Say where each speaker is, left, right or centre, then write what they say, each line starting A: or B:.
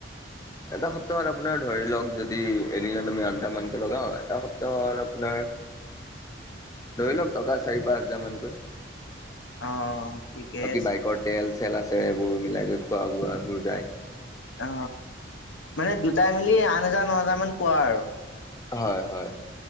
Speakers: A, on the left (about 20°); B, on the left (about 80°).
A: এটা সপ্তাহত আপোনাৰ ধৰি লওক যদি এদিনত আমি আনটামানকে লগাও এটা সপ্তাহত আপোনাৰ ধৰি লওক টকা চাৰি পাঁচ হাজাৰ মানকৈ
B: অ ঠিকেই
A: বাকী
B: আছে
A: বাইকৰ তেল চেল আছে এইবোৰ মিলাই কৰি খোৱা বোৱা এইবোৰ যায়
B: অ মানে দুটাই মিলি আঠ হাজাৰ ন হাজাৰ মান পোৱা আৰু
A: হয় হয়